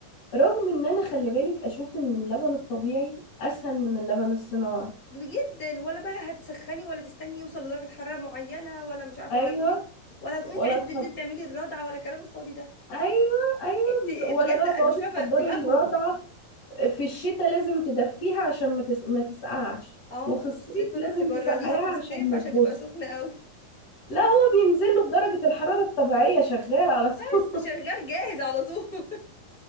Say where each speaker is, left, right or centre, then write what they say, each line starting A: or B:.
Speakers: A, on the left (about 45°); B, on the left (about 25°).
A: رغم ان انا خلي بالك اشوف ان اللبن الطبيعي اسهل من اللبن الصناعي
B: جدا ولا بقى هتسخني ولا تستني يوصل لدرجة حرارة معينة ولا مش عارفة
A: ايوه
B: ولا تقومي ولا هتقومي
A: ولا
B: في عز
A: تحض
B: الليل تعملي الرضعة ولا الكلام الفاضي ده
A: ايوه ايوه
B: انت
A: بز... ولا
B: بجد
A: بقى
B: انا
A: تقعدي
B: مش فاهمة
A: تحضري
B: دماغهم
A: الرضعه في الشتاء لازم تدفيها عشان ما, تس... ما تسقعش
B: اه
A: وفي الصيف
B: والصيف
A: لازم
B: تبرديها
A: تسقعيها
B: في الصيف
A: عشان ما
B: عشان
A: تبص
B: تبقى سخنة قوي
A: لا هو بينزل له بدرجه الحراره الطبيعيه شغال على
B: بس
A: طول
B: شغال جاهز على طول